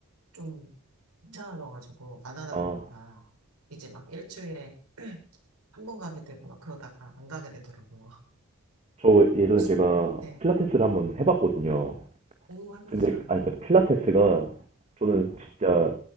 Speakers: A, on the right; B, on the right.
A: 좀 귀찮아져가지고 안 하다
B: 아,
A: 보니까, 이제 막 일주일에 <clears throat> 한 번 가게 되고 막 그러다가 안 가게 되더라고요.
B: 저 예전에
A: 혹시,
B: 제가
A: 네.
B: 필라테스를 한번 해봤거든요.
A: 오, 해보셨어요?
B: 근데 아니
A: 네.
B: 그 필라테스가 저는 진짜